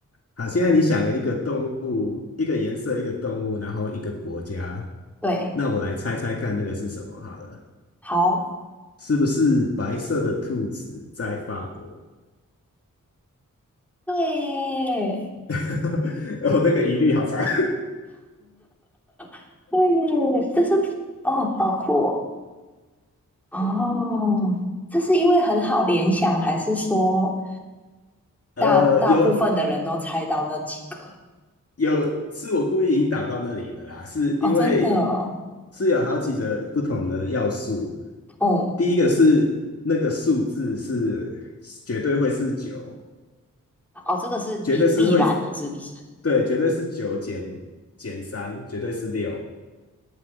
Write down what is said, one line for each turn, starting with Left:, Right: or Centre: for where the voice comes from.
Left: 好，现在你想了一个动物，一个颜色，一个动物，然后一个国家，
Centre: 对，
Left: 那我来猜猜看那个是什么好了，
Centre: 好，
Left: 是不是白色的兔子在法国？
Centre: 对
Left: <laughs> 哦，那个疑虑好长。<laughs>
Centre: <laughs> 对耶，这是哦，好酷哦。哦，这是因为很好联想，还是说
Left: 呃，
Centre: 大大部分的人都猜到那几个？
Left: 有有，是我故意引导到那里的啦，是因为
Centre: 哦，真的哦，
Left: 是有好几个不同的要素。
Centre: 哦，
Left: 第一个是那个数字是绝对会是九，
Centre: 哦，这个是以必然的，
Left: 绝对是会，
Centre: 是不是？
Left: 对，绝对是九减减三，绝对是六，